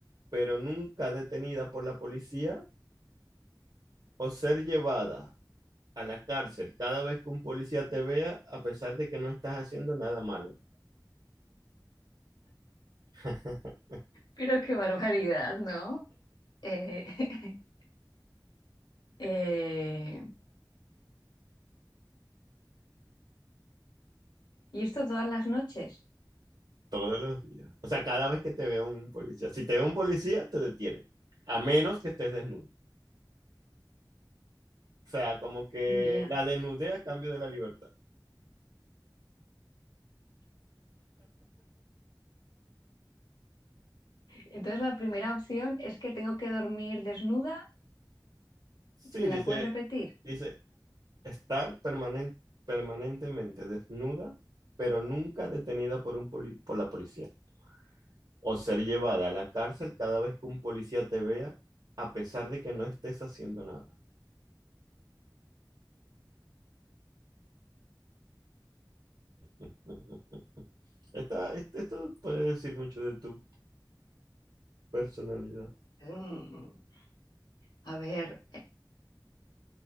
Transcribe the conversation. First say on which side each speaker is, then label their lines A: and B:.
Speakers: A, on the right (about 65°); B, on the left (about 70°).
A: pero nunca detenida por la policía, o ser llevada a la cárcel cada vez que un policía te vea, a pesar de que no estás haciendo nada malo. <laughs>
B: Pero qué barbaridad, ¿no? Eh, <laughs> eh, ¿y esto todas las noches?
A: Todos los días. O sea, cada vez que te vea un policía. Si te ve un policía, te detiene. A menos que estés desnudo. O sea, como que
B: Ya.
A: la desnudez a cambio de la libertad.
B: Entonces la primera opción es que tengo que dormir desnuda.
A: Sí,
B: ¿Me
A: dice,
B: la puedes repetir?
A: dice, estar permanen- permanentemente desnuda, pero nunca detenida por un poli- por la policía. o ser llevada a la cárcel cada vez que un policía te vea, a pesar de que no estés haciendo nada. <laughs> Esta- este- esto puede decir mucho de tu personalidad.
B: Mm, a ver,